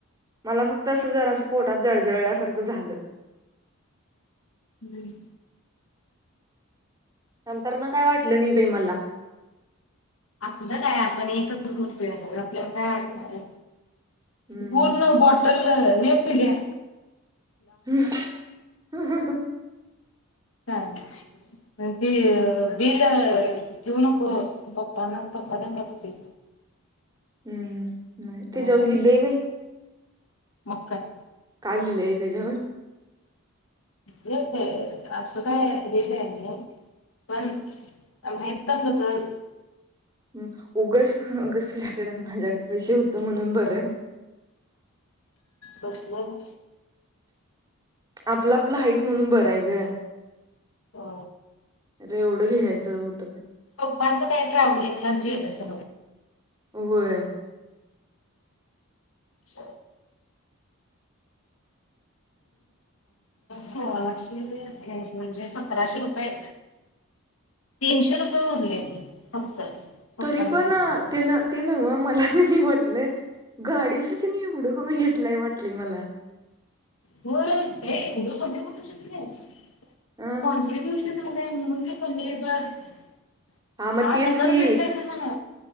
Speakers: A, on the right; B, on the left.
A: मला फक्त अस हजारा अस पोट. जळजळसारखं झालं.
B: हम्म.
A: नंतर न काय वाटलं नि बे मला.
B: आपलं काय आपण एकच घतोर आपल्याला काय वाटत.
A: हम्म.
B: पूर्ण बॉटल नेफ घ्या.
A: हम् ह ह ह
B: लेल की
A: हम्म.
B: बिल <inaudible> जेऊ नको पप्प ना पाप ना भक्ती
A: हम्म नाही ते जाऊ
B: नको
A: लिहिलं बाई,
B: मग काय
A: काय लिहिलंय त्याच्यावर.
B: हे असं काय हेेत आहे. पण माहित असलं तर,
A: हम्म उगस गस तुझ्याकडे माझ्याकडे पैसे होत म्हणून बरं आहे.
B: बसलं.
A: आपलं आपलं हाईत म्हणून बराय गं,
B: हो.
A: अरे एवढं घ्यायचं होतं काय
B: पप्पांच काय ट्रविलिंगलाच गेलं. च
A: होय.
B: स सोळाशे कॅश म्हणजे सतराशे रुपये तीनशे रुपये उरले फक्त, पप्पांना
A: तरी पण
B: दिले
A: ते ते न मला म्हटले. गाडीच त नाही एवढं कमी घेतलाय वाटलंय मला,
B: हो ते एढं सधठू श
A: अ
B: कॉन्टबश <inaudible> मुणज पणी का <inaudible>
A: हा मग
B: आठ
A: तेच
B: हजार
A: की
B: घेटले म्हणा